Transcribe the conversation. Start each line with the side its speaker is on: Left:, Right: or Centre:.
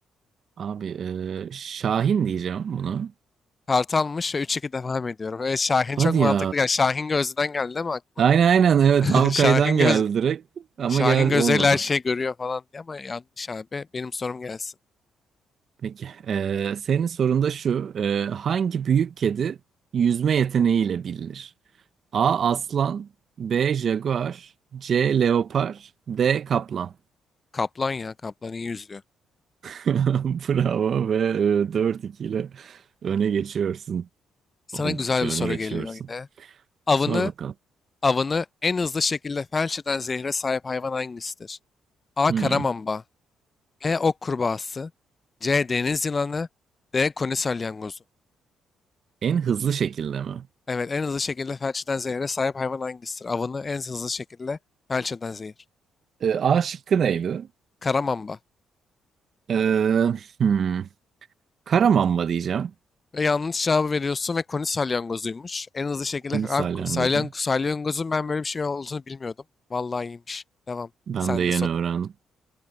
Right: Abi e, Şahin diyeceğim bunu.
Left: Kartalmış ve 3-2 devam ediyorum. Evet Şahin
Right: Hadi
Left: çok mantıklı.
Right: ya.
Left: Yani Şahin gözden geldi değil mi aklına?
Right: Aynen aynen evet
Left: <laughs>
Right: Havkay'dan
Left: Şahin
Right: geldi
Left: göz
Right: direkt. Ama
Left: Şahin
Right: gel
Left: Gözel
Right: olmadı.
Left: her şeyi görüyor falan diye ama yanlış abi. Benim sorum gelsin.
Right: Peki. e, senin sorun da şu. E, hangi büyük kedi yüzme yeteneğiyle bilinir? A. Aslan B. Jaguar C. Leopar D. Kaplan
Left: Kaplan ya. Kaplan iyi yüzüyor.
Right: <laughs> Bravo ve e, 4-2 ile öne geçiyorsun.
Left: Sana
Right: Oldukça
Left: güzel bir
Right: öne
Left: soru
Right: geçiyorsun.
Left: geliyor yine. Avını,
Right: Sor bakalım.
Left: avını en hızlı şekilde felç eden zehre sahip hayvan hangisidir? A.
Right: Hmm.
Left: Karamamba. B. Ok kurbağası. C. Deniz yılanı. D. Koni salyangozu.
Right: En hızlı şekilde mi?
Left: Evet en hızlı şekilde felç eden zehre sahip hayvan hangisidir? Avını en hızlı şekilde felç eden zehir.
Right: E, A şıkkı neydi?
Left: Karamamba.
Right: Ee, hmm. Karamamba diyeceğim.
Left: Ve yanlış cevabı veriyorsun ve koni salyangozuymuş. En hızlı şekilde
Right: Huni salyangozu.
Left: abi salyangoz, salyangozun ben böyle bir şey olduğunu bilmiyordum. Vallahi iyiymiş. Devam.
Right: Ben
Left: Sen
Right: de yeni
Left: de soru.
Right: öğrendim.